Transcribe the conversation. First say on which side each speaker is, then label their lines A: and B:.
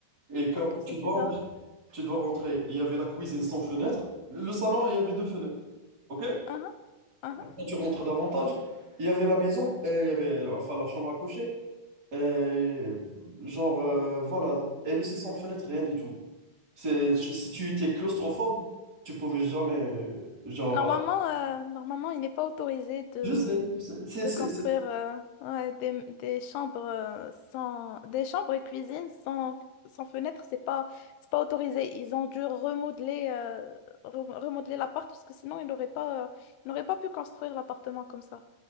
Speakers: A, on the right; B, on the left.
A: Et quand
B: ok, c'est
A: tu
B: bizarre.
A: dois rentrer, tu dois rentrer, il y avait la cuisine sans fenêtre. Le salon, il y avait deux fenêtres. OK?
B: Ah ah, ah ah.
A: Quand tu rentres davantage, il y avait la maison, euh, il y avait enfin la chambre à coucher, euh, genre euh, voilà, elle aussi sans fenêtre, rien du tout. C'est, si si tu étais claustrophobe, tu pouvais jamais, euh, genre,
B: Normalement, euh, normalement, il n'est pas autorisé de,
A: je sais, je sais, c'est,
B: de
A: c'est,
B: construire
A: c'est-
B: euh, ouais, des, des chambres euh, sans des chambres et cuisines sans, sans fenêtre, c'est pas c'est pas autorisé. Ils ont dû remodeler euh, re- remodeler l'appart parce que sinon ils n'auraient pas euh, ils n'auraient pas pu construire l'appartement comme ça.